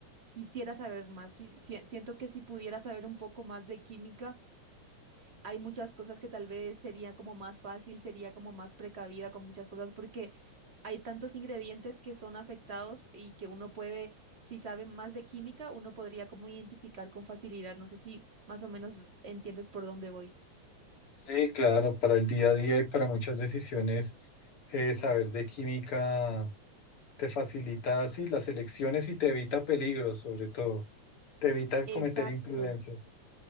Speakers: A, on the right (about 25°); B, on the left (about 50°).
A: quisiera saber más, qui- si- siento que si pudiera saber un poco más de química, hay muchas cosas que tal vez sería como más fácil, sería como más precavida con muchas cosas, porque hay tantos ingredientes que son afectados y que uno puede, si sabe más de química, uno podría como identificar con facilidad. No sé si más o menos entiendes por dónde voy.
B: Sí, claro, para el día a día y para muchas decisiones, eh, saber de química te facilita así las elecciones y te evita peligros, sobre todo. Te evita
A: Exacto.
B: cometer imprudencias.